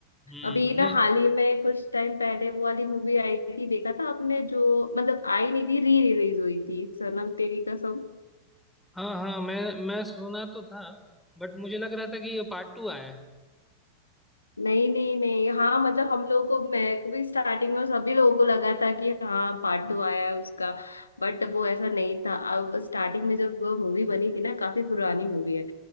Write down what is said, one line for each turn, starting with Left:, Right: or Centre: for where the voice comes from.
Centre: हम्म
Left: अभी ना
Centre: नहीं
Left: हाल ही में कुछ टाइम पहले वो वाली मूवी आई थी देखा था आपने जो मतलब आई नहीं थी री रिलीज हुई थी सनम तेरी कसम
Centre: हाँ हाँ मैं मैं सुना तो था बट मुझे लग रहा था कि ये पार्ट टू आया है
Left: नहीं नहीं नहीं हाँ मतलब हम लोग को मैं को भी स्टार्टिंग में सभी लोगों को लगा था कि हाँ पार्ट टू आया है उसका बट वो ऐसा नहीं था अब स्टार्टिंग में जब वो मूवी बनी थी ना काफी पुरानी मूवी है